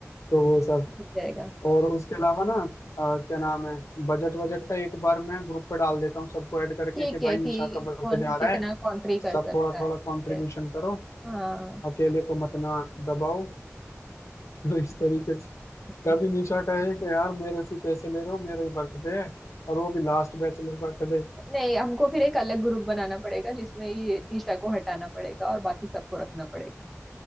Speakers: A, on the left (about 75°); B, in the centre.
A: तो वो सब
B: हो जाएगा
A: और उसके अलावा ना अ, क्या नाम है बजट वजट का एक बार मैं ग्रुप पे डाल देता हूँ सबको ऐड करके
B: ठीक
A: कि भाई
B: है कि
A: निशा का बर्थडे
B: कौन
A: आ रहा
B: कितना
A: है
B: कंट्री
A: सब
B: कर सकता
A: थोड़ा
B: है
A: थोड़ा कंट्रीब्यूशन
B: यस
A: करो
B: हाँ
A: अकेले को मत ना दबाओ तो इस तरीके से
B: <laughs>
A: कभी निशा कहे कि यार मेरे से पैसे ले रहे हो मेरा ही बर्थडे है और वो भी लास्ट बैचलर बर्थडे
B: नहीं हमको फिर एक अलग ग्रुप बनाना पड़ेगा जिसमें ये निशा को हटाना पड़ेगा और बाकी सबको रखना पड़ेगा